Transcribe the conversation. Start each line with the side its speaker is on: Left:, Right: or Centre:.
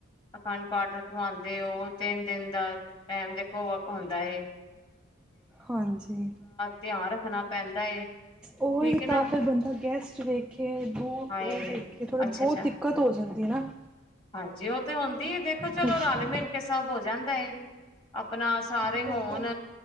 Left: ਅਖੰਡ ਪਾਠ ਰਖਵਾਉਂਦੇ ਹੋ ਤਿੰਨ ਦਿਨ ਦਾ ਟੈਮ ਦੇਖੋ ਹੁੰਦਾ ਹੈ
Centre: ਹਾਂਜੀ
Left: ਧਿਆਨ ਰੱਖਣਾ ਪੈਂਦਾ ਏ
Centre: ਉਹੀ
Left: ਠੀਕ ਹੈ ਨਾ
Centre: ਤਾਂ ਫਿਰ ਬੰਦਾ ਗੈਸਟ ਵੇਖੇ ਦੂਰ
Left: ਹਾਏ
Centre: ਉਹ ਵੇਖੇ ਥੋੜ੍ਹੇ
Left: ਅੱਛਾ
Centre: ਬਹੁਤ
Left: ਅੱਛਾ
Centre: ਦਿੱਕਤ ਹੋ ਜਾਂਦੀ ਹੈ ਨਾ
Left: ਹਾਂਜੀ ਉਹ ਤੇ ਹ ਦੀ ਦੇਖੋ ਚਲੋ
Centre: ਕਿਉਂਕਿ
Left: ਰਲ ਮਿਲ ਕੇ ਸਭ ਹੋ ਜਾਂਦਾ ਆਪਣਾ ਸਾਰੇ
Centre: ਦੇਖੋ
Left: ਹੋਣ